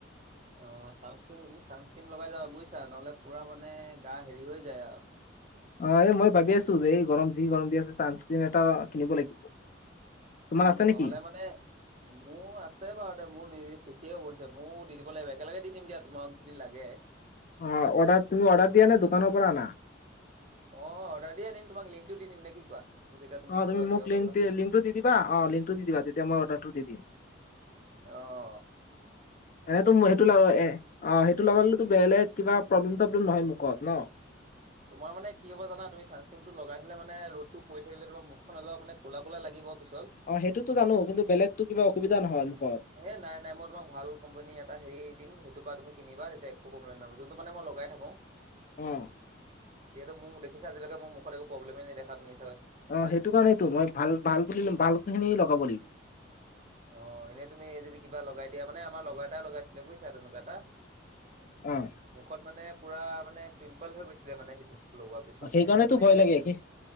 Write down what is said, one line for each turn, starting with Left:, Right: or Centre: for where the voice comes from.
Right: অ, চানস্ক, চানস্কিন লগাই যাবা বুজিছা নহ'লে পুৰা মানে গা, হেৰি হৈ যায় আৰু।
Left: অ, এই, মই ভাবি আছো যে, এই গৰম যি গৰম দি আছে, চানস্ক্ৰিন এটা কিনিব লাগিব। তোমাৰ
Right: উম,
Left: আছে নেকি
Right: নহলে মানে মোৰ আছে বাৰু এ, মোৰ নিজু সে অ কৈছে ময়ো দি দিব লাগিব। একেলগে দি দিম দিয়া, তোমাক যদি লাগে।
Left: অ, অৰ্ডাৰ, তুমি অৰ্ডাৰ দিয়া ন, দোকানৰ পৰা আনা।
Right: মই অৰ্ডাৰ দি আনিম। তোমাক লিংকটো দি দিম নে, কি কোৱা। তেতিয়া
Left: অ,
Right: এইটো
Left: তুমি
Right: আনি
Left: মোক
Right: ল'ব
Left: লংক,
Right: পাৰিবা
Left: লিংকটো দি দিবা। অ, লিংকটো দি দিবা তেতিয়া মই অৰ্ডাৰটো দি দিম।
Right: আহ
Left: এনে সেইটো ল, এ, অ, সেইটো ল, বেলেগ কিবা প্ৰ্লেম <unintelligible> নহয় মুখত ন।
Right: তোমাৰ মানে কি হব জানা তুমি নামটো লগাই থিললে মানে ৰ'তটো পৰি কৰি থাকিলে, তোৰ মুখখন অলপানে কোলা, কোলা লাগিব। পিছত
Left: অ, সেইটো জানো কিলেগতো কিবা অসুবিধা নহয়। মুখত
Right: এ, নাই, নাই, মই তোমাক ভাল কোম্পানী এটা হেৰি দিম সেইটোৰ পৰা তুমি কিনিবা তেতিয়া একো কম্লেই নহয়, যোনটো মে, মই লগাই থাকো।
Left: অ'।
Right: যিহেত ম, দেখিছে আজিলৈ ম, মুখ এক প্ৰ্লেমে দেখাটো নি
Left: অ, সেইটো কাৰণেইেতো মই ভাল, ভাল বুলি ভাল খিনি লগাব লাগিব।
Right: অ, এনেই তুমি যদি কিবা লগাই দিয়া মানে আমাৰ লগা এটাই লগাইছিলে বুইছা তেনেকুৱা এটা।
Left: অ'।
Right: মুখত মানে পুৰা মানে পিম্পল হৈ গৈছিলে মানে সেইটো। লগোৱাৰ পিছৰ পৰা
Left: সেইকাৰণে
Right: মানে
Left: তো, ভয়
Right: এইটো
Left: লাগে। অ',